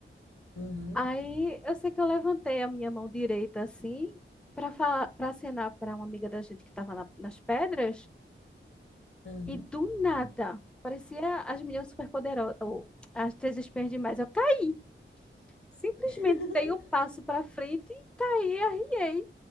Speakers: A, on the left; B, in the centre.
A: aham,
B: Aí eu sei que eu levantei a minha mão direita assim, para para pra acenar pra uma amiga da gente que estava nas pedras.
A: aham.
B: E do nada, parecia as meninas superpoderosas, ou as três espiãs demais. Eu caí. Simplesmente
A: <laughs>
B: dei um passo para frente e caí, arriei.